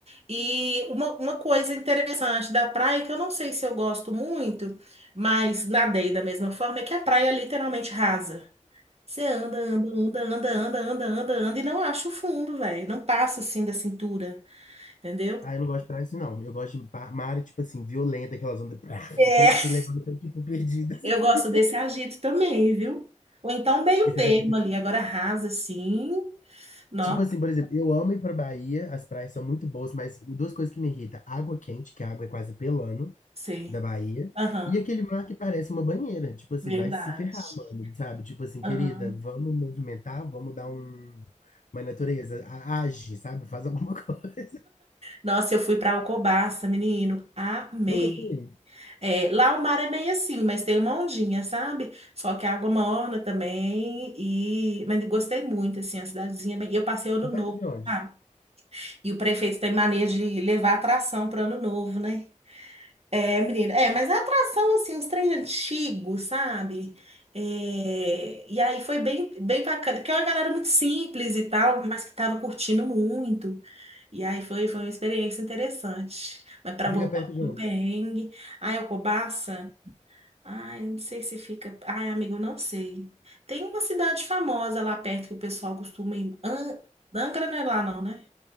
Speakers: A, on the right; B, on the left.
A: E uma, uma coisa interessante da praia, que eu não sei se eu gosto muito, mas nadei da mesma forma, é que a praia é literalmente rasa. Você anda, anda, anda, anda, anda, anda, anda, anda, e não acha o fundo, velho. Não passa assim da cintura, entendeu?
B: Ah, eu não gosto de praia assim, não. Eu gosto de pa- mar, tipo assim, violenta, aquelas ondas. Prá,
A: É.
B: e se, se levando, tipo, perdidas. <laughs>
A: Eu gosto desse agito também, viu? Ou então meio
B: E você
A: termo
B: acha que
A: ali, agora rasa assim. Não,
B: Tipo assim, por exemplo, eu amo ir pra Bahia, as praias são muito boas, mas duas coisas que me irritam: água quente, que a água é quase pelando
A: sei.
B: da Bahia,
A: Aham,
B: e aquele mar que parece uma banheira. Tipo assim,
A: verdade.
B: vai se ferrar, mano, sabe? Tipo assim,
A: Aham.
B: querida, vamos movimentar, vamos dar um... uma natureza, a- age, sabe? Faz alguma <laughs> coisa.
A: Nossa, eu fui para Alcobaça, menino, amei.
B: Nunca fui.
A: É, lá o mar é meio assim, mas tem uma ondinha, sabe? Só que a água morna também e mas gostei muito assim, a cidadezinha é bem. E eu passei ano
B: É
A: novo,
B: perto de onde?
A: lá. E o prefeito tem mania de levar atração para ano novo, né? É, menina, é, mas a atração, assim, uns trem antigos, sabe? É, e aí foi bem, bem bacana, porque é uma galera muito simples e tal, mas que tava curtindo muito. E aí foi, foi uma experiência interessante. Mas para voltar
B: Fica perto de
A: no
B: onde?
A: perrengue, ai, Alcobaça, ai, não sei se fica. Ai, amigo, não sei. Tem uma cidade famosa lá perto que o pessoal costuma ir. An- Angra não é lá, não, né?